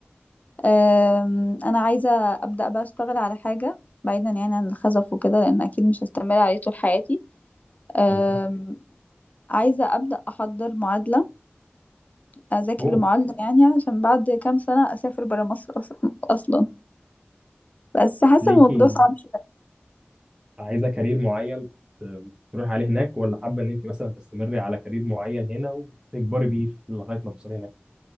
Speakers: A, on the left; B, on the right.
A: أم، انا عايزه ابدا بقى اشتغل على حاجه بعيدا يعني عن الخزف وكده لان اكيد مش هستمر عليه طول حياتي أم،
B: مم.
A: عايزه ابدا احضر معادله اذاكر
B: اوه
A: لمعادله يعني عشان بعد كام سنه اسافر برا مصر أص- اصلا بس حاسه
B: ليكي
A: الموضوع صعب شويه
B: عايزه كارير معين ت- تروحي عليه هناك ولا حابه ان انت مثلا تستمري على كارير معين هنا وتكبري بيه لغايه ما توصلي هناك